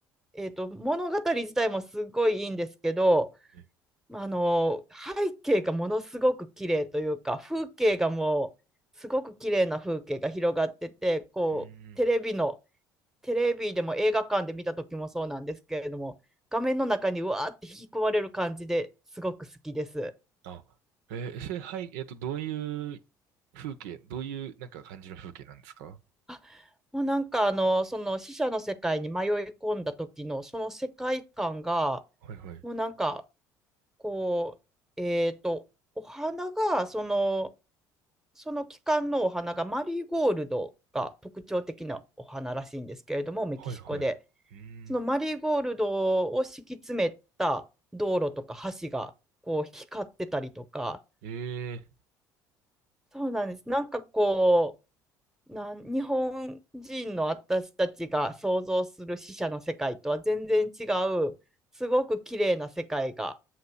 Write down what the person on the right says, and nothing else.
<laughs> え
うーん。
あ、えーそれ、はい、えっと、どういう風景、どういう、なんか感じの風景なんですか
はいはい。
はいはい。うーん。
ええ